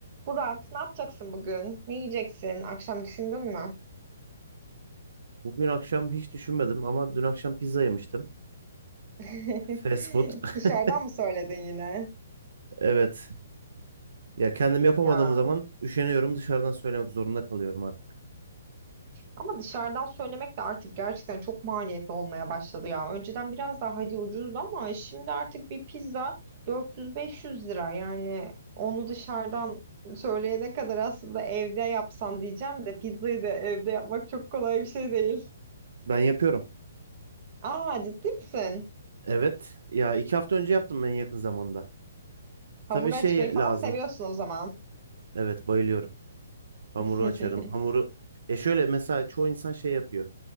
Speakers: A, on the right; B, on the right.
A: Burak, ne yapacaksın bugün? Ne yiyeceksin? Akşam düşündün mü?
B: Bugün akşam hiç düşünmedim ama dün akşam pizza yemiştim.
A: <laughs>
B: Fast food. <laughs>
A: Dışarıdan mı söyledin yine?
B: Evet. Ya kendim yapamadığım
A: Ya.
B: zaman üşeniyorum dışarıdan söylemek zorunda kalıyorum artık.
A: Ama dışarıdan söylemek de artık gerçekten çok maliyetli olmaya başladı ya. Önceden biraz daha hadi ucuzdu ama şimdi artık bir pizza 400-500 lira. Yani onu dışarıdan söyleyene kadar aslında evde yapsan diyeceğim de pizzayı da evde yapmak çok kolay bir şey değil.
B: Ben yapıyorum.
A: Aa ciddi misin?
B: Evet. Ya iki hafta önce yaptım en yakın zamanda.
A: Hamur
B: Tabii şey
A: açmayı falan
B: lazım.
A: seviyorsun o zaman.
B: Evet bayılıyorum. Hamuru
A: <laughs>
B: açarım. Hamuru ya şöyle mesela çoğu insan şey yapıyor.